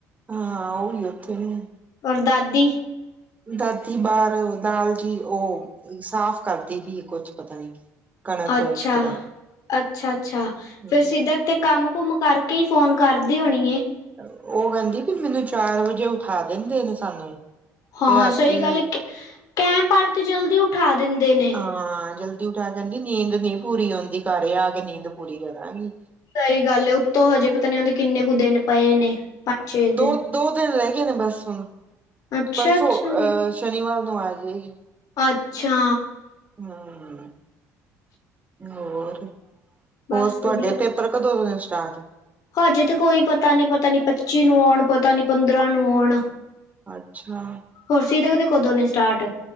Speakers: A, on the right; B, on the left.
A: ਹਾਂ ਉਹ ਵੀ ਉੱਥੇ ਨੇ।
B: ਔਰ ਦਾਦੀ
A: ਦਾਦੀ ਬਾਹਾਰ ਦਾਲ ਜੀ ਉਹ ਸਾਫ਼ ਕਰਦੀ ਵੀ ਕੁੱਝ ਪਤਾ ਨੀ। ਕਣਕ
B: ਅੱਛਾ
A: ਪਤਾ ਨੀ
B: ਅੱਛਾ, ਅੱਛਾ
A: ਹਮ
B: ਫਿਰ ਸਿੱਧਾ। ਤੇ ਕੰਮ ਕੁਮ ਕਰਕੇ ਹੀ ਫੋਨ ਕਰਦੀ ਹੋਣੀ।
A: ਉਹ ਕਹਿੰਦੀ ਵੀ ਮੈਨੂੰ ਚਾਰ ਵਜੇ ਉਠਾ ਦੇਂਦੇ ਨੇ ਸਾਨੂੰ।
B: ਹਾਂ,
A: ਤੇ ਰਾਤੀ
B: ਸਹੀ ਗੱਲ ਕੈਂਪ ਆਲੇ ਤੇ ਜਲਦੀ ਉਠਾ ਦਿੰਦੇ ਨੇ।
A: ਹਾਂ, ਜਲਦੀ ਉਠਾ ਕੇਹਿੰਦੀ ਨੀਂਦ ਨੀ ਪੂਰੀ ਹੁੰਦੀ ਘਰ ਆ ਕੇ ਨੀਂਦ ਪੂਰੀ ਕਰਾਂਗੀ।
B: ਸਹੀ ਗੱਲ ਹੈ ਉੱਤੋਂ ਹਜੇ ਪਤਾ ਨੀ ਹੁੰਦੀ ਕਿੰਨੇ ਕੁ ਦਿਨ ਪਏ ਨੇ। ਪੰਜ ਛੇ ਦਿਨ
A: ਦੋ -ਦੋ ਦਿਨ ਰਹਿ ਗਏ ਨੇ ਬਸ ਹੁਣ
B: ਅੱਛਾ-ਅੱਛਾ,
A: ਪਰਸੋਂ
B: ਅੱਛਾ
A: ਅਹ ਸ਼ਨੀਵਾਰ ਨੂੰ ਆ ਜਾ ਏਗੀ।
B: ਅੱਛਾ,
A: ਹੂੰ, ਹੋਰ
B: ਬਸ
A: ਹੋਰ ਤੁਹਾਡੇ
B: ਵਧੀਆ।
A: ਪੇਪਰ ਕਦੋ ਦੇ ਨੇ ਸਟਾਰਟ।
B: ਹਜੇ ਤੇ ਕੋਈ ਪਤਾ ਨਹੀਂ ਪਤਾ ਨੀ ਪੱਚੀ ਨੂੰ ਆਉਣ ਪਤਾ ਨੀ ਪੰਦਰਾਂ ਨੂੰ ਆਉਣ।
A: ਅੱਛਾ,
B: ਹੋਰ ਸੀਰਤ ਦੇ ਕਦੋਂ ਨੇ ਸਟਾਰਟ।